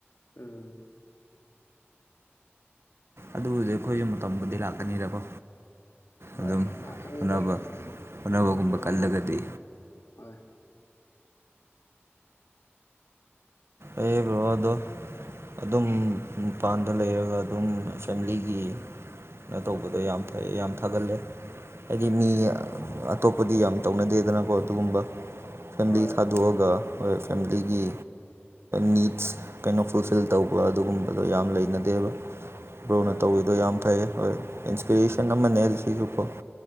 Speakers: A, on the left (about 75°); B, on the right (about 65°).
A: ꯎꯝ
B: ꯑꯗꯨꯕꯨꯗꯤ ꯑꯩꯈꯣꯏꯁꯨ ꯃꯇꯝꯕꯨꯗꯤ ꯂꯥꯛꯀꯅꯤꯗꯀꯣ ꯑꯗꯨꯝ
A: ꯍꯣꯏ ꯂꯥꯛꯀꯅꯤꯗ
B: ꯍꯣꯠꯅꯕ ꯍꯣꯠꯅꯕꯒꯨꯝꯕ
A: ꯑꯗꯨꯝ ꯍꯣꯟꯅꯔꯦ
B: ꯀꯜꯂꯒꯗꯤ
A: ꯍꯣꯏ
B: ꯑꯩꯕ꯭ꯔꯣꯗꯣ ꯑꯗꯨꯝ ꯃꯄꯥꯟꯗ ꯂꯩꯔꯒ ꯑꯗꯨꯝ ꯐꯦꯃꯤꯂꯤꯒꯤ ꯅ ꯇꯧꯕꯗꯣ ꯌꯥꯝ ꯐꯩ ꯌꯥꯝ ꯊꯥꯒꯠꯂꯦ ꯍꯥꯏꯗꯤ ꯃꯤ
A: ꯑꯣ
B: ꯑꯇꯣꯞꯄꯗꯤ ꯌꯥꯝ ꯇꯧꯅꯗꯦꯗꯅꯀꯣ ꯑꯗꯨꯒꯨꯝꯕ ꯐꯦꯂꯤ
A: ꯍꯣꯏ
B: ꯊꯥꯗꯣꯛꯑꯒꯣꯏ
A: ꯍꯣꯏ
B: ꯐꯦꯃꯤꯂꯤꯒꯤ ꯅꯤꯠꯁ ꯀꯩꯅꯣ ꯐꯨꯜꯐꯤꯜ ꯇꯧꯕ ꯑꯗꯨꯒꯨꯝꯕꯗꯣ ꯌꯥꯝ ꯂꯩꯅꯗꯦꯕ ꯕ꯭ꯔꯧꯅ
A: ꯍꯣꯏ
B: ꯇꯧꯕꯤꯗꯣ
A: ꯍꯣꯏ ꯃꯥꯅꯦ
B: ꯌꯥꯝ ꯐꯩ ꯍꯣꯏ ꯏꯟꯁꯄꯤꯔꯦꯁꯟ ꯑꯃꯅꯦ ꯁꯤꯁꯨꯀꯣ